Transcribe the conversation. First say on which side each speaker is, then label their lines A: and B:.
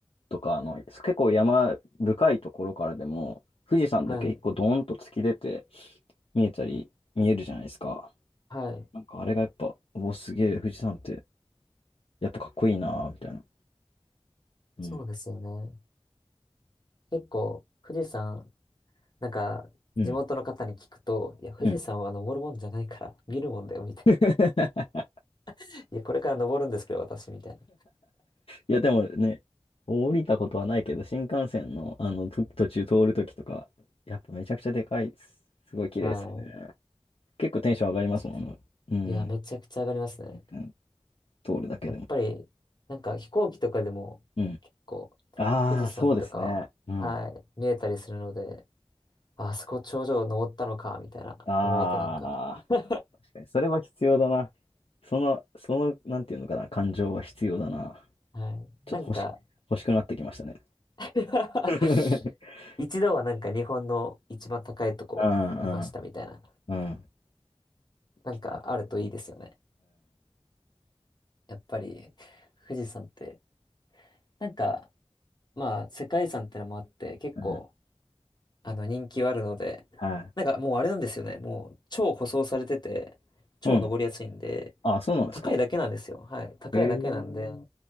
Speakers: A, on the left; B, on the left.
A: とか、あの、結構山深いところからでも、富士山だけ一個ドーンと突き出て、
B: はい、
A: 見えたり、見えるじゃないですか。
B: はい。
A: なんかあれがやっぱ、おお、すげえ、富士山って、やっぱかっこいいなーみたいな。うん。
B: そうですよね。結構、富士山、なんか、
A: うん。
B: 地元の方に聞くと、いや、富士山は登るもんじゃないから、
A: うん。
B: 見るもんだよ、みたい
A: <laughs>
B: な。いや、これから登るんですけど、私、みたいな。
A: いや、でもね、降りたことはないけど、新幹線の、あの、と途中通るときとか、やっぱめちゃくちゃでかいです。すごい綺麗ですよね。
B: はい。
A: 結構テンション上がりますもんね。
B: ちいさん。
A: うん。
B: いや、めちゃくちゃ上がりますね。
A: うん通るだけでも。
B: やっぱり、なんか飛行機とかでも結構富士山とかは、
A: うん。ああ、そうですね。うん。
B: はい、見えたりするので、ああそこ頂上登ったのか、みたいな思うとなんか
A: ああ、
B: <laughs>
A: 確かに、それは必要だな。その、その、なんていうのかな、感情は必要だな。
B: はい。
A: ちょっと欲し、
B: なんか
A: 欲しくなってきましたね。
B: <laughs>
A: <laughs>
B: 一度はなんか日本の一番高いとこいましたみたいな、
A: うんうんうん。
B: なんかあるといいですよね。
A: 期待
B: やっぱり富士山って、なんか、まあ世界遺産ってのもあって結構
A: うん。うん。
B: あの、人気はあるので、
A: はい。
B: なんかもうあれなんですよね。もう超舗装されてて、超登りやすいんで、
A: うん。あ、そうなんですか。
B: 高いだけなんですよ。はい。高いだけなんで、
A: へえ。